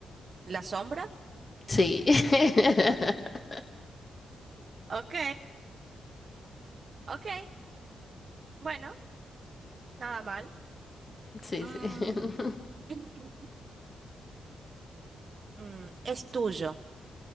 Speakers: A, on the right; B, on the left.
A: ¿La sombra?
B: Sí. <laughs>
A: Ok, ok, bueno, nada mal.
B: Sí,
A: Mm,
B: sí. <laughs>
A: <laughs> mm, es tuyo,